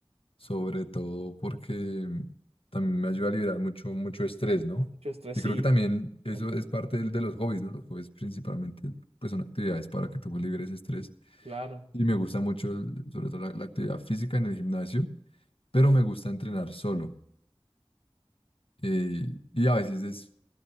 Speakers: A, on the left; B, on the right.
A: sobre todo porque también me ayuda a liberar mucho, mucho estrés, ¿no?
B: Mucho estrés,
A: Y
B: sí.
A: creo que también eso
B: Eso,
A: es parte del- de, los hobbies, ¿no? Los hobbies principalmente pues son actividades para que tú liberes estrés
B: claro,
A: y me gusta mucho el- sobre todo la, la actividad física en el gimnasio, pero me gusta entrenar solo. Eh, y a veces es,